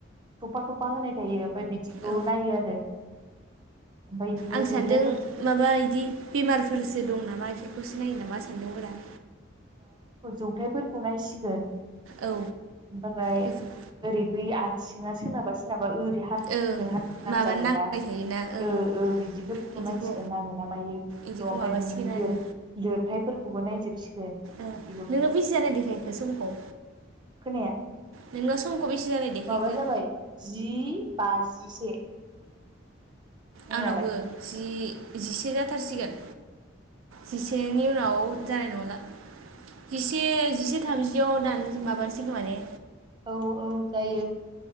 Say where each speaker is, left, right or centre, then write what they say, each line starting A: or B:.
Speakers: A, on the right; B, on the right.
A: थफ्फा थफ्फा होनाय थायो ओमफाय बिदिखौ
B: औ
A: नायो आरो। ओमफ्राय बिदिनो
B: आं सान्दों
A: जौथाइफोरखौ
B: माबा इदि बेमारफोरसो दं नामा इफोर खौसोनायो नामा सान्दोंमोन आं।
A: जौथायफोरखौ नायसिगोन
B: औ
A: ओमफाराय
B: गोजोन
A: ओरै बै आथिङा सोरनाबा सोरनाबा ओरै हाब हान्थुजों
B: ओं
A: हान्थु नांजाबोना
B: माबा नांबाय थायोना ओं
A: ओ ओ बिदिफोरखौ
B: इदिखौ
A: नायसिगोन नाङो ना मायो।
B: इदिखौ
A: अ ओमफाय
B: माबासिगोन
A: नों
B: आरो
A: लिर-लिरथायफोरखौबो नायजोबसिगोन।
B: ओ नोंनाव
A: बिदिल'सो
B: बेसि जानाय देखायखो समखौ?
A: खोनाया
B: नोंनाव समखौ बेसे जानाय देखायखो?
A: माबा जाबाय जि बाजिसे। नोंनालाय
B: आंनावबो जि जिसे जाथारसिगोन। जिसेनि उनाव जानाय नंला। जिसे जिसे थामजिआव दान-माबानोसै खोमा ने?
A: औ औ जायो।